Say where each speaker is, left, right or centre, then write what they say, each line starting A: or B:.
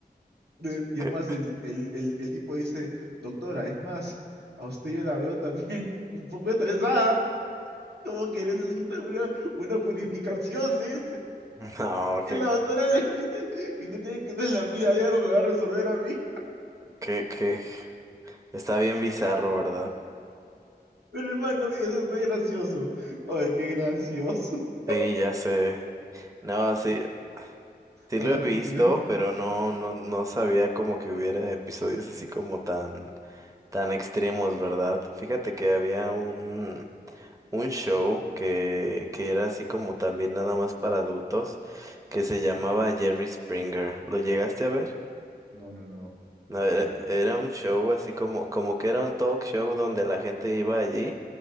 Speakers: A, on the right (about 80°); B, on the right (about 20°).
A: De- Y
B: ¿Qué?
A: es más, el, el, el, el tipo dice, doctora, es más, a usted yo la veo también un poco estresada, <laughs> como que necesita una, una purificación, <laughs> ¿eh?
B: <laughs> No,
A: Y
B: que,
A: la doctora le dice, y tú tienes que ser la mía, ya no me va a resolver a mí.
B: que, que. Está bien bizarro, ¿verdad?
A: Pero hermano, eso no es gracioso. Ay, qué gracioso. <laughs>
B: Sí, ya sé. No, sí, sí
A: Ah,
B: lo he visto,
A: dime.
B: pero no, no, no sabía como que hubiera episodios así como tan, tan extremos, ¿verdad? Fíjate que había un, un show que, que era así como también nada más para adultos, que se llamaba Jerry Springer. ¿Lo llegaste a ver?
A: No, no, no.
B: No,
A: ¿De qué
B: era,
A: era?
B: era un show así como, como que era un talk show donde la gente iba allí